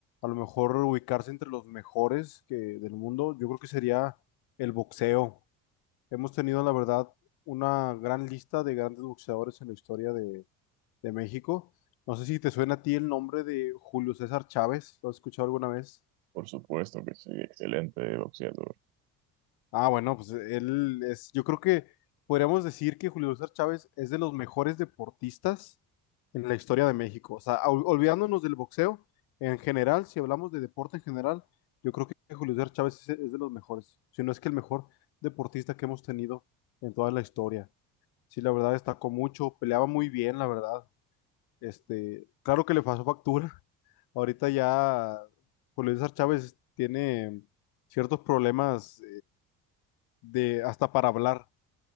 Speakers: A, on the left; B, on the right.
A: lo mejor ubicarse entre los mejores que, del mundo? Yo creo que sería el boxeo. Hemos tenido, la verdad, una gran lista de grandes boxeadores en la historia de, de México. No sé si te suena a ti el nombre de Julio César Chávez, ¿lo has escuchado alguna vez?
B: Por supuesto que sí, excelente boxeador.
A: Ah, bueno, pues él es, yo creo que podríamos decir que Julio César Chávez es de los mejores deportistas en la historia de México. O sea, ol- olvidándonos del boxeo, en general, si hablamos de deporte en general, yo creo que Julio César Chávez es, es de los mejores, si no es que el mejor deportista que hemos tenido en toda la historia. Sí, la verdad destacó mucho, peleaba muy bien, la verdad. Este, claro que le pasó factura. <laughs> Ahorita ya Julio César Chávez tiene ciertos problemas de hasta para hablar.